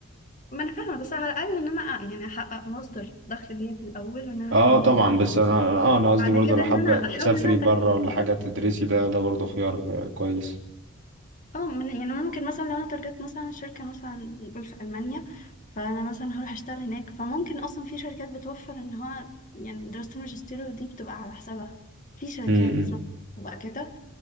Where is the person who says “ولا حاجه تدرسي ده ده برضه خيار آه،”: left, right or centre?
Right